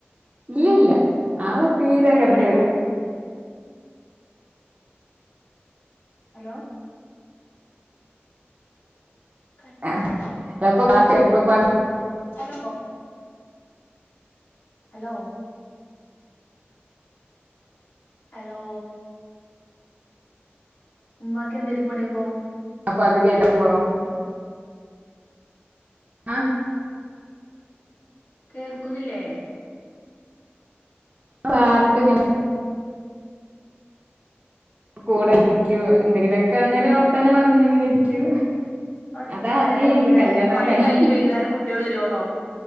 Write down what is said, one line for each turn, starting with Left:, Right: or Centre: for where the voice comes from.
Right: ഇല്ല ഇല്ല ആളെ തീരെ കെട
Left: <unintelligible> ഹലോ കട്ടായി
Right: ഏ എപ്പോ പാട്ട് എപ്പോ പാട്ട്
Left: ഹലോന്നോ ഹലോ ഹലോ ഉമ്മാക്ക് എന്തെരിക്കും പണിയപ്പോ
Right: അപ്പോ അത് <unintelligible> ആ
Left: കേൾക്കുന്നില്ലേ?
Right: പാട്ട് ഇങ്ങനെ കൂടെ ഇരിക്കും. എന്തെങ്കിലൊക്കെ അന്നേരം വർത്താനം പറഞ്ഞ് ഇങ്ങനെ ഇരിക്കും.
Left: പടച്ചോനെ
Right: അതാ ആദ്യേല്ല കല്യാണം
Left: പണി
Right: കഴി
Left: കഴിഞ്ഞ് വൈകുന്നേരം കുട്ടിയള് വരോളോ?